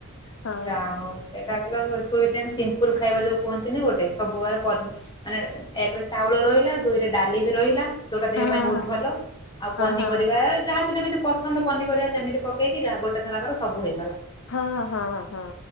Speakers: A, on the left; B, on the left.
A: ହଁ।
B: ଯା ହଉ ସେଇଟା <unintelligible> ସିମ୍ପୁଲ୍ ଖାଇବା ଯୋଉ କୁହନ୍ତି ନି ଗୋଟେ <unintelligible> ମାନେ, ଏକ୍ ରେ ଚାଉଳ ରହିଲା, ଦୁଇରେ ଡାଲି ବି ରହିଲା। ଯୋଉଟା ଦେହ
A: ହଁ
B: ପାଇଁ ବହୁତ୍
A: ହଁ
B: ଭଲ, ଆଉ ପନିପରିବା
A: ହଁ
B: ଯାହାକୁ ଯେମିତି ପସନ୍ଦ ପନିପରିବା ସେମତି ପକେଇକି, ଯାହା ଗୋଟେ ଥରକାର ସବୁ ହେଇଗଲା।
A: ହଁ ହଁ ହଁ,